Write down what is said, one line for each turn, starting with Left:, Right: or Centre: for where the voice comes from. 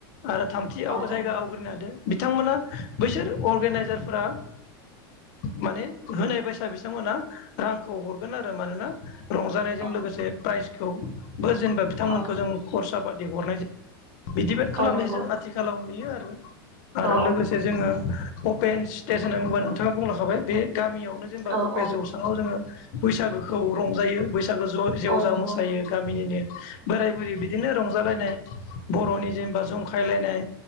Left: आरो थामथि
Right: औ
Left: जायगा
Right: औ
Left: आवग्रिनो हादो बिथांमोना बैसोर अर्नाइजारफोरा माने होनाय बायसा बिथांमोना रांखौ हरगोन आरो मानोना रंजानायजों
Right: औ
Left: लोगोसे प्राइजखौबो जेनेबा बिथांमोनखौ
Right: औ
Left: जों खरसा आबाद हरनाय जायो बिदिब खालामनाय
Right: औ नंगौ
Left: जों आथिखालाव नुयो आरो आरो
Right: औ
Left: लोगोसे अपेन स्टेस होननांगौबा नोंथाङा बुंलाखाबाय बे गामियाव जेनेबा
Right: औ
Left: अफे
Right: औ
Left: जौसांङाव जोङो बैसागोखौ रंजायो बैसागो ज' जेवजा
Right: औ नंगौ
Left: मोसायो गामिनिनो बोराय बुरै बिदिनो रंजालायनाय बर'नि जेनेबा जंखायलायनाय